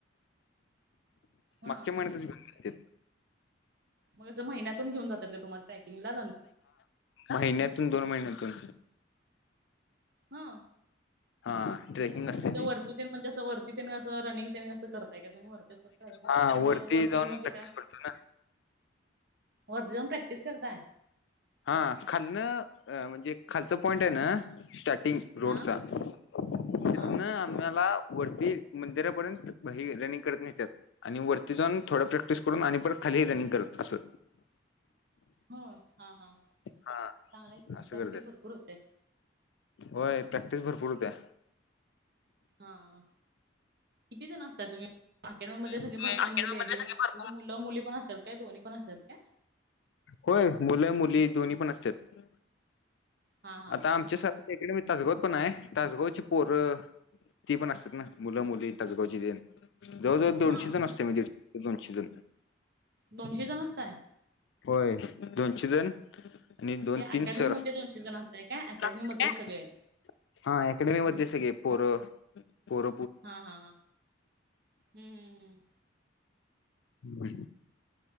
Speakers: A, on the right; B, on the left.
A: हा
B: मगच्या महिन्यातच घेऊन
A: मग असं महिन्यातून घेऊन जातात का तुम्हाला? ट्रेकिंग ला
B: महिन्यातून दोन महिन्यातून
A: हा
B: हा ट्रेकिंग असते
A: म त्या
B: ती
A: वरती म्हणजें वरती त्यानी असं रनिंग त्यानी असं करताय का तुम्ही वरती ट्रॅकिंग
B: हा
A: व वरती
B: जाऊन
A: म्हणजे
B: प्रॅक्टिस
A: काय?
B: करतो ना
A: वरती जाऊन प्रॅक्टीस करताय?
B: हा खालनं म्हणजे खालचं पॉईंट आहे ना स्टार्टिंग रोडचा
A: हा
B: तिथंन
A: हा
B: आम्हाला वरती मंदिरापर्यंतही रनिंग करत न्हेत्यात. आणि वरती जाऊन थोडं प्रॅक्टिस करून आणि परत खाली रनिंग करत असं.
A: हो हा हा
B: हा
A: चांगला आहे की
B: असं
A: प्रॅक्टिस
B: करतात
A: भरपूर होते.
B: होय प्रॅक्टिस भरपूर होत्या.
A: हा किती जण असता तुम्ही आक्येडमी मध्ये सगळे
B: अकॅडमी
A: भरपूर म्हणजे लेडी
B: मधले सगळे
A: म्हणजे
B: भरपूर
A: मुलं मुली पण असत्यात काय दोन्ही पण असत्यात काय?
B: होय मुलं मुली दोन्ही पण असत्यात.
A: हा हा
B: आता आमच्या सारख इकडे बी तासगावात पण हाय तासगावची पोर ती पण असतात ना मुलं मुली तासगावची देन जवळजवळ दोनशे
A: हा
B: जण असत्या म्हणजे दोनशे जण
A: दोनशे जण असताय
B: होय दोनशे जण आणि दोन
A: ते
B: तीन
A: अकॅडमी
B: सर
A: मध्ये
B: असत
A: दोनशे जण असताय काय
B: <unintelligible>
A: अकॅडमी मधले सगळे
B: हा अकॅडमीमध्यले सगळे पोर पोर
A: हा हा हा हम्म हम्म हम्म
B: <unintelligible>